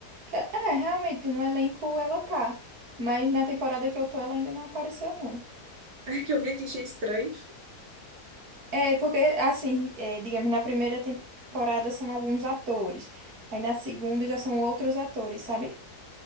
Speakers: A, on the right (about 65°); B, on the right (about 80°).
A: que- é, realmente, no elenco ela tá. Mas na temporada que eu tô, ela ainda não apareceu, não.
B: É que eu vi aqui, achei estranho.
A: É, porque, assim, é, digamos, na primeira temporada são alguns atores. Aí na segunda já são outros atores, sabe?